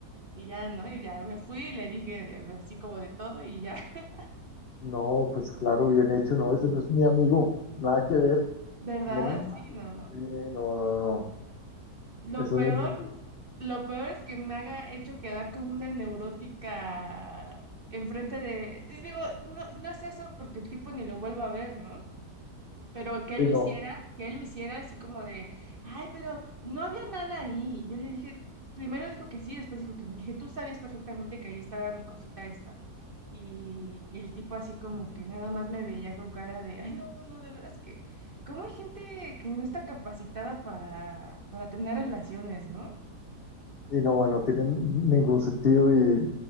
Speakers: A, on the right (about 55°); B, on the left (about 70°).
A: y ya, ¿no? Y ya me fui y le dije así como de todo, y ya, <laughs>
B: No, pues claro, bien hecho, no, eso no es mi amigo, nada que ver,
A: ¿verdad?
B: menos mal.
A: Sí,
B: Sí,
A: no, no, no, no.
B: no, no, no,
A: Lo
B: eso
A: peor.
B: no es mi amigo.
A: Lo peor es que me haga hecho quedar como una neurótica enfrente de... y digo, no, no es eso porque el tipo ni lo vuelvo a ver, ¿no? Pero que
B: Sí,
A: él lo
B: no,
A: hiciera, que él lo hiciera así como de, ay, pero no había nada ahí. Y Yo le dije, primero dijo que sí, después dijo que no. Le dije, tú sabías perfectamente que ahí estaba mi cosita esta. Y, y el tipo así como que nada más me veía con cara de, ay, no, no, no, de veras que, ¿cómo hay gente que no está capacitada para, para tener relaciones, ¿no?
B: y no, no tiene ningún sentido y